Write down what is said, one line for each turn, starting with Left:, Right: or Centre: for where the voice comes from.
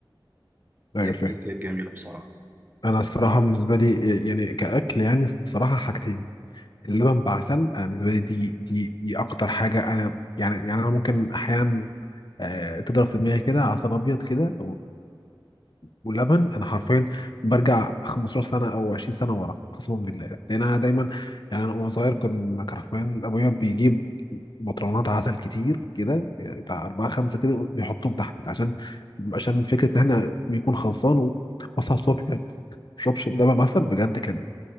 Left: ايوه
Right: ذكريات
Left: فاهم
Right: كانت جميلة بصراحة
Left: انا الصراحه بالنسبه لي يعني كاكل يعني الصراحه حاجتين اللبن بعسل انا بالنسبه لي دي دي دي اكتر حاجه انا يعني يعني انا ممكن احيانا آه، تضرب في دماغي كده عسل ابيض كده ولبن انا حرفيا برجع 15 سنه او 20 سنه ورا قسما بالله لان انا دايما يعني انا وانا صغير كنت كان حرفيا ابويا بيجيب بطرونات عسل كتير كده يعني بتاع اربعه خمسه كده ويحطهم تحت عشان عشان فكره ان احنا بيكون خلصان واصحى الصبح ما اشربش لبن عسل بجد كان